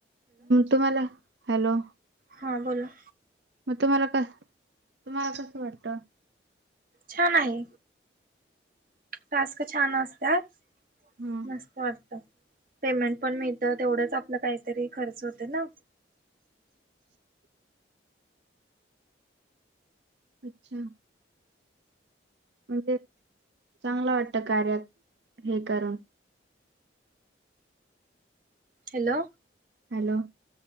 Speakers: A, on the right; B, on the right.
A: तुम्हाला हॅलो
B: हां बोला
A: मग तुम्हाला क तुम्हाला कसं वाटत
B: छान आहे टास्क छान असतात
A: हा
B: मस्त वाटत पेमेंट पण मिळत तेवढंच आपला काहीतरी खर्च होते ना
A: <inaudible> अच्छा म्हणजे चांगलं वाटत कार्यात हे करून
B: हॅलो
A: हॅलो